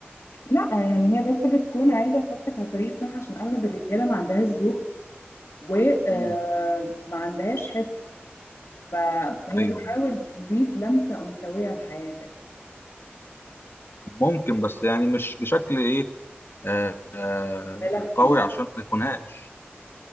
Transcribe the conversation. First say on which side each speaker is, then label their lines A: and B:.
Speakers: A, on the left; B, on the left.
A: لا يعني هي بس بتكون عايزة تحطك على الطريق الصح عشان اغلب الرجالة ما عندهاش ذوق وما
B: مم.
A: عندهاش حس فهي
B: أيوه
A: بتحاول تضيف لمسة أنثوية لحياتك
B: ممكن بس يعني مش بشكل إيه آه آه
A: مبالغ فيه
B: قوي عشان ما يخونهاش